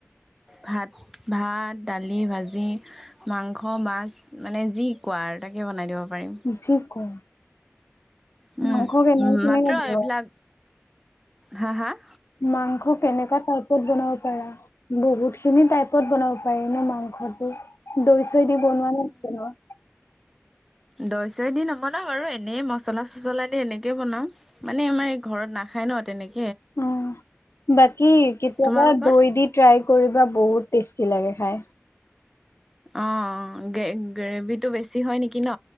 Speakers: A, in the centre; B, on the left.
A: ভাত ভাত দালি ভাজি মাংস মাছ মানে যি কোৱা আৰু তাকে বনাই দিব পাৰিম
B: যি কম
A: উম
B: মাংস কেনেকে কেনেকে
A: মাত্ৰ
B: বনোৱা?
A: এইবিলাক হা হা
B: মাংস কেনেকুৱা টাইপত বনাব পাৰা বহুতখিনি টাইপত বনাব পাৰি ন মাংস ঘৰটো দৈ চৈ দি বনোৱা নে বনোৱা
A: দই চই দি নবনাও আৰু এনেই মচলা চচলা দি এনেকে বনাও মানে আমাৰ ঘৰত নাখায় ন তেনেকে
B: অ বাকি কেতিয়াবা
A: তোমালোকৰ
B: দৈ দি ট্ৰাই কৰিবা বহুত টেষ্টি লাগে খাই
A: অ গ গ্ৰেভি টো বেছি হয় নেকি ন